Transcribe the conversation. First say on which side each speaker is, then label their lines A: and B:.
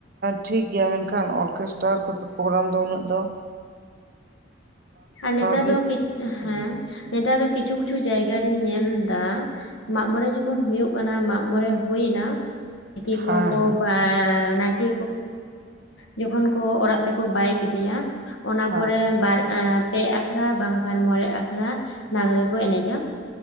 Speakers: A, on the right; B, on the left.
A: ᱴᱷᱤᱠᱜᱮᱭᱟ ᱢᱮᱱᱠᱷᱟᱱ ᱾ ᱢᱮᱱᱠᱷᱟᱱ ᱚᱨᱠᱮᱥᱴᱟᱨ ᱠᱚ ᱯᱨᱳᱜᱨᱟᱢ ᱫᱚ ᱩᱱᱟᱹᱜ ᱫᱚ ᱾
B: ᱟᱨ ᱱᱮᱛᱟᱨ
A: ᱜᱮ
B: ᱫᱚ ᱦᱮᱸ
A: ᱩᱪᱤᱛᱟ
B: ᱱᱮᱛᱟᱨ ᱫᱚ ᱠᱤᱪᱷᱩ ᱠᱤᱪᱷᱩ ᱡᱟᱭᱜᱟ ᱨᱤᱧ ᱧᱮᱞ ᱮᱫᱟ ᱾ ᱢᱟᱜ ᱢᱚᱬᱮ ᱡᱚᱠᱷᱚᱱ ᱦᱩᱭᱩᱜ ᱠᱟᱱᱟ ᱢᱟᱜ ᱢᱚᱬᱮ ᱦᱩᱭᱱᱟ ᱾ ᱱᱟᱭᱠᱮ ᱠᱚᱠᱚ
A: ᱦᱮᱸ ᱦᱮᱸ
B: ᱱᱟᱠᱮ ᱡᱚᱠᱷᱚᱱ ᱠᱚ ᱚᱲᱟᱜ ᱛᱮᱠᱚ ᱵᱟᱭ ᱠᱮᱫᱮᱭᱟ ᱚᱱᱟ
A: ᱦᱮᱸ
B: ᱯᱚᱨᱮ ᱾ ᱯᱮ ᱟᱠᱷᱲᱟ ᱵᱟᱝᱠᱷᱟᱱ ᱢᱚᱬᱮ ᱟᱠᱷᱲᱟ ᱞᱟᱜᱽᱲᱮ ᱠᱚ ᱮᱱᱮᱡᱟ ᱾